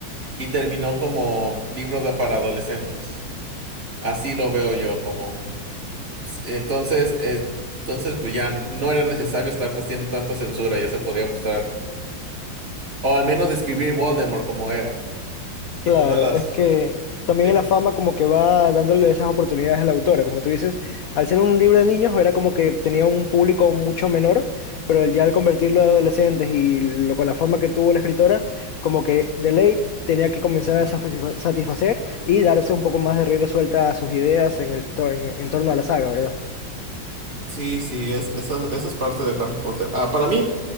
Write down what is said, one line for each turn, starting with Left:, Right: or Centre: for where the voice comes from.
Right: Y terminó como libro de para adolescentes. Así lo veo yo, como Sí, entonces, eh, entonces pues ya no era necesario estarse haciendo tanta censura, ya se podría mostrar. O al menos describir Voldemort como era. Y
Left: Claro,
Right: todas las.
Left: es que también
Right: Sí,
Left: la fama como que va dándole esas oportunidades a la autora. Como tú dices, al ser un libro de niños era como que tenía un público mucho menor, pero ya al convertirlo a adolescentes y lo, con la fama que tuvo la escritora, como que de ley tenía que comenzar a satisfa- satisfacer y darse un poco más de rienda suelta a sus ideas en el to- en en torno a la saga, ¿verdad?
Right: sí, sí, es, esa, esa es parte de Harry Potter. Ah, para mí,